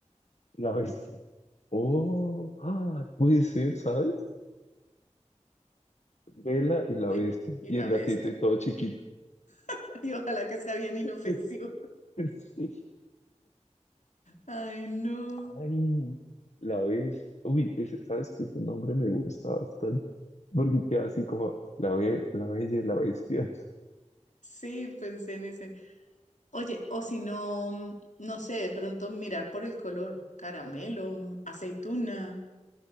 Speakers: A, on the left (about 65°); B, on the left (about 85°).
A: la bestia. Oh, ah, puede ser, ¿sabes? Bella y la
B: Bella
A: bestia,
B: y
A: y
B: la
A: el
B: bestia.
A: gatito y todo chiquito.
B: <laughs> Y ojalá que sea bien
A: <laughs>
B: inofensivo.
A: Sí.
B: Ay, no.
A: Ay, la bestia. Uy, ese- ¿sabes qué? Ese nombre me gusta bastante, porque queda así como la, be- la bella y la bestia.
B: Sí, pensé en ese. Oye, o si no, mm, no sé, de pronto mirar por el color. Caramelo, mm, aceituna,